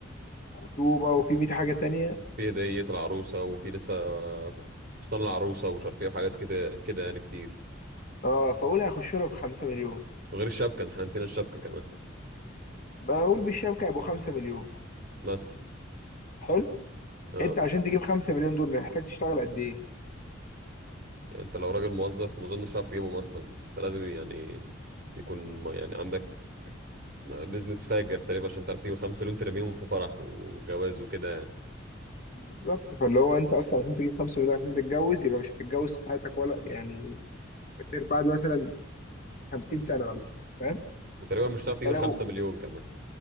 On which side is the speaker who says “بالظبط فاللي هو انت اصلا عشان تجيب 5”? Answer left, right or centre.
Left